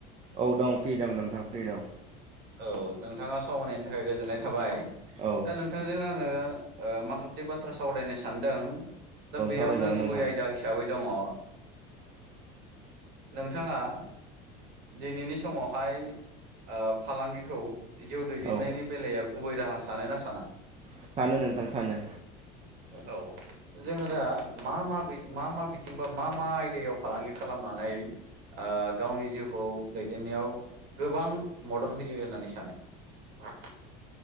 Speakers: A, on the right; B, on the right.
A: औ दं फ्रि दं नोंथां फ्रि दं
B: औ नोंथाङा सम होनायनि थाखाय गोजोननाय थाबाय।
A: औ
B: दा नोंथांजों आङो ओ ओ माखासे बाथ्रा सावरायनो सानदों दा बेयावनो
A: सावरायजागोन
B: गुबै
A: नोंथां
B: आयदा हिसाबै दङ ओ नोंथाङा दिनैनि समावहाय ओ फालांगिखौ जिउ दैदेननायनि
A: औ
B: बेलायाव गुबै राहा सानो ना साना?
A: सानो नोंथां सानो।
B: औ जोङो दा मा मा मा मा बिथिं बा मा मा आयदायाव फालांगि खालामनानै ओ गावनि जिउ खौ दैदेननायाव गोबां मदद होयो होननानै सानो?